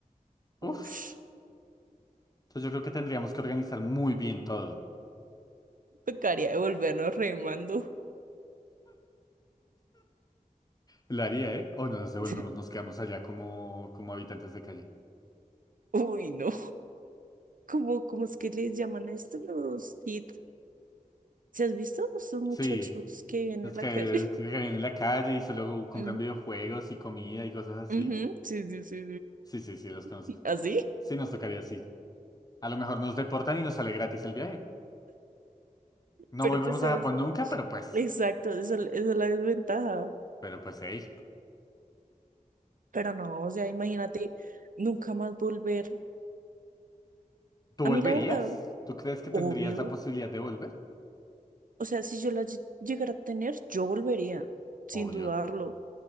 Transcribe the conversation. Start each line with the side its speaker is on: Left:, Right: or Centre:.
Left: Uf.
Right: Ush,
Left: Entonces yo creo que tendríamos que organizar muy bien todo.
Right: tocaría devolvernos remando.
Left: Lo haría, ¿eh? O no nos devolvemos,
Right: <laughs>
Left: nos quedamos allá como, como habitantes de calle.
Right: Uy, no. ¿Cómo, cómo es que les llaman a estos los kids? ¿Se has visto estos muchachos
Left: Sí,
Right: que vienen
Left: es
Right: en la
Left: que,
Right: calle?
Left: es que viven en la calle y solo compran
Right: Mm,
Left: videojuegos y comida y cosas
Right: ujú,
Left: así.
Right: Sí, sí, sí,
Left: Sí, sí, sí, los conozco.
Right: sí. ¿Así?
Left: Sí, nos tocaría así. A lo mejor nos deportan y nos sale gratis el viaje. No
Right: Pero
Left: volvemos
Right: pues, ¿sabes?
Left: a Japón nunca, pero pues...
Right: Exacto, esa, esa es la desventaja.
Left: Pero pues, hey.
Right: Pero no, o sea, imagínate nunca más volver.
Left: ¿Tú
Right: A
Left: volverías?
Right: mí la verdad,
Left: ¿Tú crees que tendrías
Right: obvio.
Left: la posibilidad de volver?
Right: O sea, si yo la lle- llegara a tener, yo volvería,
Left: Obvio.
Right: sin dudarlo.